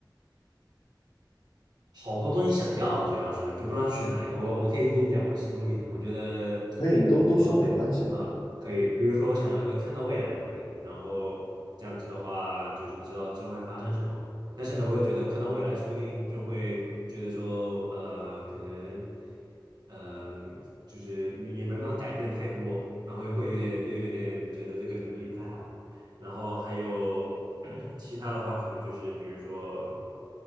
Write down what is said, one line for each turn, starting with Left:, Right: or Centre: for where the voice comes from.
Right: 好多东西想要，主要是就不知道选哪一个。我我可以跟你讲我心路历程，我觉得
Left: 可以，你都都说没关系的。
Right: 我啊可以，比如说我想要一个看到未来的能力，然后这样子的话就是知道之后会发生什么。但是呢，我又觉得看到未来，说不定就会觉得说，呃，可能。嗯，就是你也没办法改变太多，然后又会有点又有点觉得这个能力不太好，然后还有 <clears throat> 其他的话，可能就是比如说，